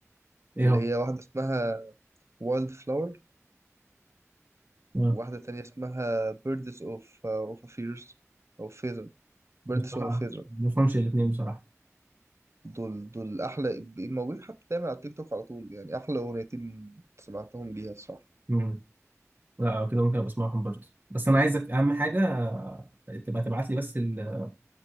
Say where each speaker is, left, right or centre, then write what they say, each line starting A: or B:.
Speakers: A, on the right; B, on the right.
A: ايه
B: اللي
A: هو
B: هي واحدة اسمها وايلد فلاور
A: آه.
B: وواحدة تانية اسمها بيردز اوف اوف فيرز او فيزر بيردز
A: بصراحه
B: اوف فيزر
A: ما بفهمش الاثنين بصراحه
B: دول دول أحلى بي- موجودين حتى دايما على التيك توك على طول يعني أحلى أغنيتين سمعتهم ليها الصراحة
A: مم. لا أو كده ممكن ابقى اسمعهم برضه بس انا عايزك اهم حاجه آه، تبقى تبعت لي بس ال-